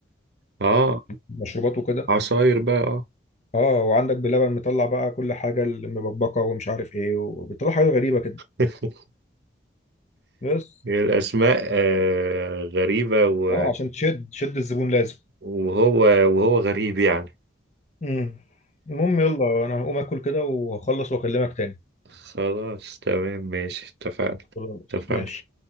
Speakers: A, on the right (about 55°); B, on the left (about 35°).
A: اه
B: المشروبات وكده
A: عصاير بقى اه
B: اه وعندك بلبن مطلع بقى كل حاجه المبكبكه ومش عارف ايه وبيطلع حاجه غريبه كده
A: <laughs>
B: بس
A: الاسماء آه، غريبه و...
B: اه عشان تشد تشد الزبون لازم
A: وهو وهو غريب يعني
B: امم المهم يلا انا هقوم اكل كده وهخلص واكلمك تاني
A: خلاص تمام ماشي اتفقنا
B: خلاص
A: اتفقنا
B: ماشي